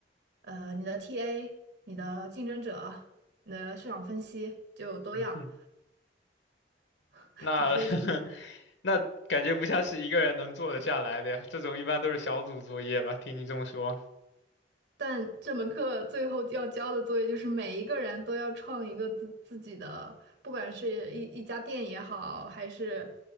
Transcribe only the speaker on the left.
<laughs>
那
<laughs> 那感觉不像是一个人能做得下来的呀，这种一般都是小组作业吧？听你这么说